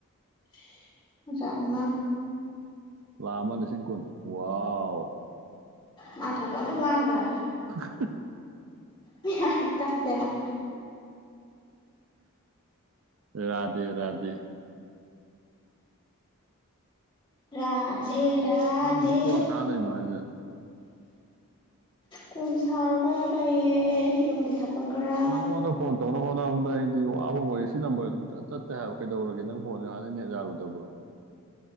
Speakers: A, on the left; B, on the right.
A: ꯖꯂꯪꯆꯥꯛ ꯃꯉꯥ
B: ꯂꯥꯛ ꯑꯃꯥ ꯂꯤꯁꯤꯡ ꯀꯨꯟ ꯋꯥꯎ
A: ꯃꯥ ꯊꯣꯛꯄꯥꯝ ꯑꯗꯨꯝ ꯉꯡꯗ꯭ꯔ
B: ꯍ <unintelligible>
A: ꯃꯤꯍꯥꯏ ꯇꯗꯦꯕ
B: ꯔꯙꯦ ꯔꯙꯦ
A: ꯔꯙꯦ ꯔꯥꯙꯦ
B: ꯅꯪ ꯑꯗꯨꯝ ꯀꯣꯟ ꯁꯥ ꯂꯩꯕ꯭ꯔꯣ ꯍꯥꯏꯁꯦ
A: ꯀꯣꯟ ꯁꯥꯔꯒ ꯂꯩꯌꯦ ꯌꯨꯝꯒꯤ ꯊꯕꯛ ꯈꯔ
B: ꯅꯥꯉꯣꯟꯗ ꯐꯣꯟ ꯇꯧꯅꯕ ꯍꯣꯠꯅꯕꯗ ꯑꯩꯗꯤ ꯋꯥꯕꯝ ꯑꯣꯏꯔꯦ ꯁꯤ ꯅꯝꯕꯔꯖꯦ ꯁꯨꯡ ꯆꯠ ꯆꯠꯇꯦ ꯍꯥꯏꯕ ꯀꯩꯗꯧꯔꯒꯦ ꯅꯪ ꯐꯣꯟꯖꯦ ꯍꯥꯟꯅ ꯅ‌ꯦꯠ ꯌꯥꯔꯨꯗꯕ꯭ꯔꯣ